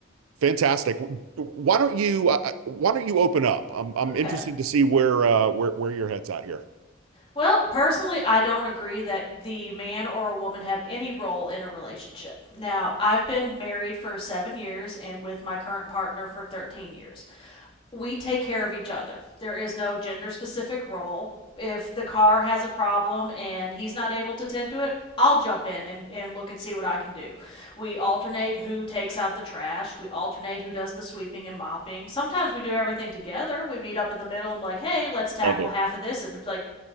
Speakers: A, on the right; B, on the left.
A: Fantastic. Why don't you uh, uh, why don't you open up? I'm I'm
B: Okay.
A: interested to see where uh where where your head's at here.
B: Well, personally, I don't agree that the man or a woman have any role in a relationship. Now, I've been married for 7 years and with my current partner for 13 years. We take care of each other. There is no gender specific role. If the car has a problem and he's not able to attend to it, I'll jump in and, and look and see what I can do. We alternate who takes out the trash. We alternate who does the sweeping and mopping. Sometimes we do everything together. We meet up in the middle and be like, hey, let's tackle
A: Love it.
B: half of this and like